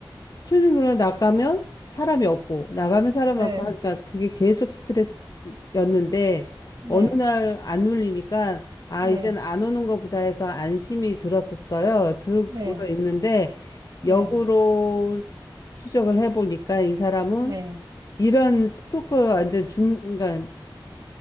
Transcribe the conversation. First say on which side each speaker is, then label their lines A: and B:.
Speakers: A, on the left; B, on the right.
A: 틀린 누나 나가면 사람이 없고 나가면 사람
B: 네,
A: 많고 하니까 그게 계속 스트레스였는데
B: 네,
A: 어느 날 안 울리니까 아
B: 네,
A: 이젠 안 오는 거보다 해서 안심이 들었었어요. 들고
B: 네,
A: 있는데
B: 네,
A: 역으로 추적을 해보니까 이 사람은
B: 네.
A: 이런 스토커 완전 중 그러니까